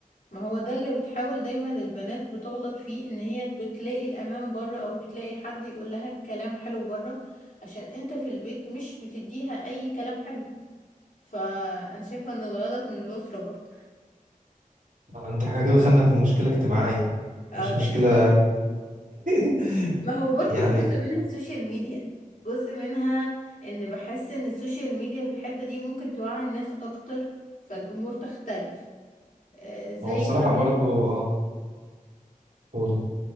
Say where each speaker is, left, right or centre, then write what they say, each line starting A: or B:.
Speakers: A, on the left (about 65°); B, on the right (about 65°).
A: ما هو ده اللي بتحاول دايما البنات بتغلط فيه ان هي بتلاقي الامان بره او بتلاقي حد يقول لها كلام حلو بره عشان انت في البيت مش بتديها اي كلام حلو فانا شايفه ان الغلط من الاسره برضه
B: انت احنا كده دخلنا في مشكلة اجتماعية
A: اه
B: مش
A: دي
B: مشكلة
A: حقيقة
B: <laughs>
A: ما هو برضه
B: يعني
A: جزء منها السوشيال ميديا جزء منها ان بحس ان السوشيال ميديا في الحته دي ممكن توعي الناس اكتر فالامور تختلف آه، زي
B: هو بصراحة
A: ما هي
B: برضه اه قولي